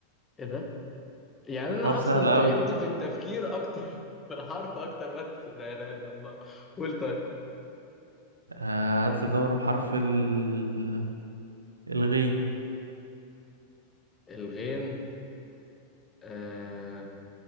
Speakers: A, on the left; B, on the right.
A: ايه ده يعني
B: الحوار
A: انا اصلا
B: سهل أوي
A: تعبت في التفكير اكتر <laughs> في الحرف اكتر ما لا اله الا الله قول طيب
B: آه هات لي دولة بحرف ال... الغين
A: الغين آه...